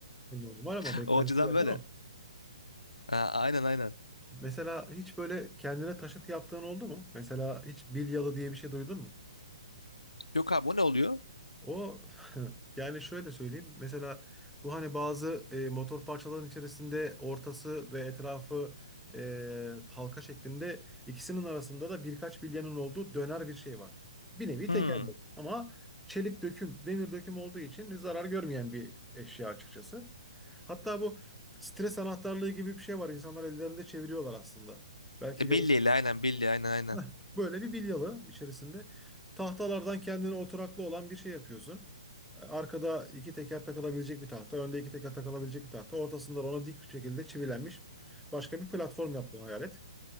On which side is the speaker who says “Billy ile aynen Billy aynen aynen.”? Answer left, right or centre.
Left